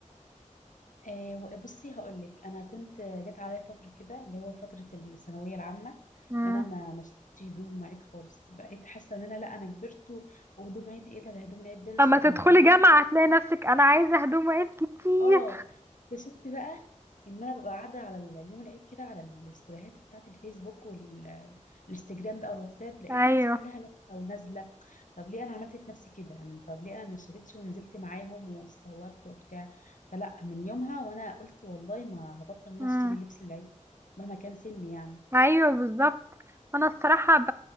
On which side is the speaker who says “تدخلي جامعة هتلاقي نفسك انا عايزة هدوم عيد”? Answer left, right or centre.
Right